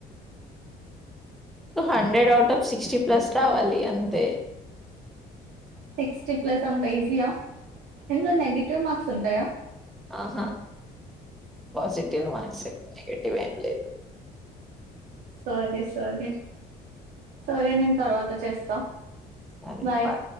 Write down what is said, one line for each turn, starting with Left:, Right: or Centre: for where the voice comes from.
Centre: hundred out of sixty plus రావాలి అంతే
Right: సిక్స్టీ ప్లస్ అంత ఈజీయా ఇందుట్లో నెగటివ్ మార్క్స్ ఉంటాయా
Centre: ఆహా పాజిటివ్ మార్క్స్ నెగిటివ్ ఏం లేదు
Right: సరే సరే సరే నేను తర్వాత చేస్తా
Centre: సరే
Right: బయ్
Centre: బాయ్